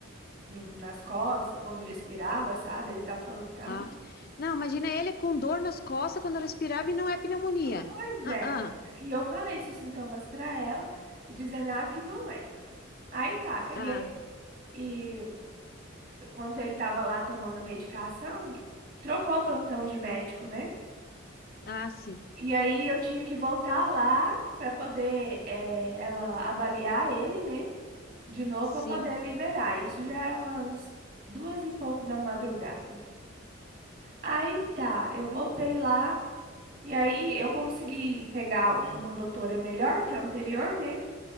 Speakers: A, on the right; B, on the left.
A: no- nas costas, quando respirava, sabe? Ele tava falando que tava
B: Ah.
A: do...
B: Não, imagina ele com dor nas costas quando respirava e não é pneumonia.
A: Pois
B: Ah,
A: é.
B: ah,
A: E eu falei esses sintomas pra ela e dizendo a ela que não era. Aí tá, peguei
B: ah,
A: e enquanto ele tava lá tomando a medicação, trocou o plantão de médico, né?
B: ah, sim,
A: E aí eu tinha que voltar lá pra poder eh, ela avaliar ele, né? De novo
B: sim,
A: pra poder liberar. Isso já eram umas duas e pouco da madrugada. Aí tá, eu voltei lá. E aí eu consegui pegar uma doutora melhor que é a anterior, né?